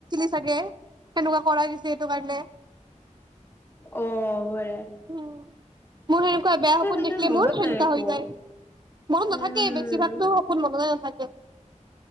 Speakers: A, on the right; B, on the left.
A: ছাগে তেনেকোৱা কৰা গৈছে সেইটো কাৰণে
B: অ হ'ব পাৰে
A: উম মোৰ সেনেকোৱাই বেয়া সপোন
B: এই সেইকাৰণে
A: দেখিলে
B: মনত
A: মোৰ সেনেকোৱা
B: নাই একো
A: হৈ যায় মনত নেথাকে
B: উম
A: বেছিভাগতো সপোন মনতে নেথাকে